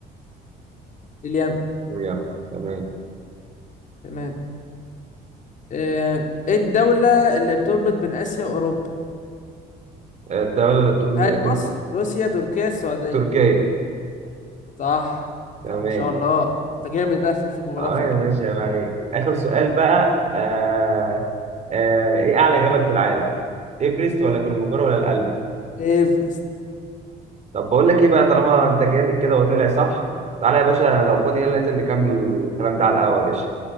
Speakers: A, on the left; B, on the right.
A: اليمن
B: اليمن تمام
A: تمام آه، ايه الدولة اللي بتربط بين آسيا وأوروبا؟
B: آه، الدولة التر-
A: هل
B: التر-
A: مصر، روسيا، تركيا، السعودية؟
B: تركيا
A: صح
B: تمام
A: صح ما شاء الله انت جامد بقى في في الجغرافيا
B: اه يا
A: على
B: باشا
A: كده
B: يا عليك اخر سؤال بقى آه آه ايه اعلى جبل في العالم ايفرست ولا كليمنجارو ولا الألب
A: ايفرست
B: طب بقول لك ايه بقى طالما انت جامد كده وطلع صح تعالى يا باشا لو فاضي يلا ننزل نكمل الكلام ده على القهوة يا باشا